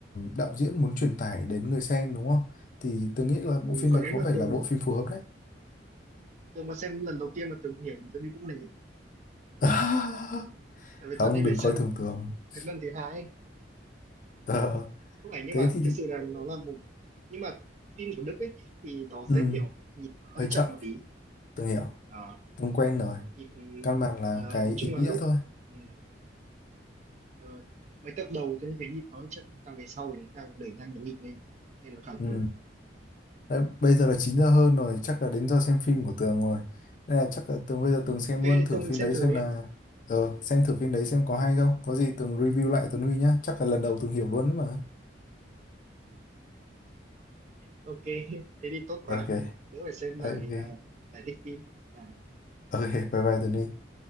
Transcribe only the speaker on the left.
đạo diễn muốn truyền tải đến người xem đúng không thì tôi nghĩ là bộ
phim
này
có
vẻ
là bộ phim phù hợp đấy
<laughs>
không
đừng
coi thường thường <laughs>
Ờ,
thế
thì
ừ,
hơi
chậm
tôi hiểu
tôi quen rồi
căn bản là
cái
ý
nghĩa
thôi
ừ.
Đấy, bây giờ là 9 giờ hơn rồi, chắc là đến giờ xem phim của Tường rồi. Nên là chắc là Tường bây giờ Tường xem
luôn thử
phim
đấy
xem
là ờ xem thử phim đấy xem có
hay không. Có gì Tường review lại Tuấn Huy nhá. Chắc là lần đầu Tường hiểu luôn đấy mà.
Ok,
ok.
Ok, bye bye Tuấn Huy.